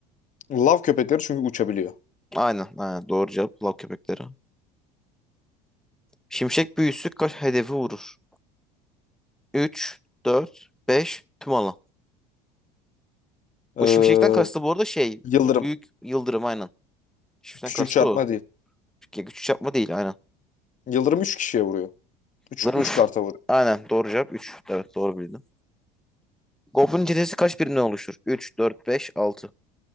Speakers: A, on the left; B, in the centre.
A: Lav köpekleri çünkü uçabiliyor.
B: Aynen, aynen. Doğru cevap lav köpekleri. Şimşek büyüsü kaç hedefi vurur? 3, 4, 5 tüm alan.
A: Ee,
B: Bu şimşekten kastı bu arada şey
A: yıldırım.
B: büyük yıldırım aynen. Shift'ten
A: Küçük
B: kastı
A: çarpma
B: o.
A: değil.
B: Çünkü Güç çarpma değil aynen.
A: Yıldırım 3 kişiye vuruyor. Üç
B: Vuruş.
A: üç karta vuruyor.
B: Aynen doğru cevap 3. Evet doğru bildim. Goblin çetesi kaç birimden oluşur? 3, 4, 5, 6.